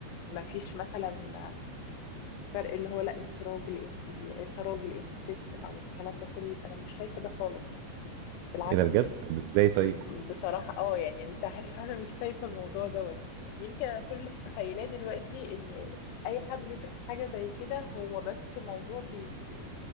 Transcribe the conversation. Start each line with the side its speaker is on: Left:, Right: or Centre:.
Left: ما فيش مثلا فرق اللي هو لا انت راجل انت انت راجل انت ست او الكلام ده كله انا مش شايفه ده خالص بالعكس
Right: ايه ده بجد طب ازاي طيب
Left: بصراحة اه يعني انت عارف انا مش شايفة الموضوع دوت يمكن انا كل اللي متخيلاه دلوقتي ان اي حد بيطرح حاجة زي كده هو بس موضوع بي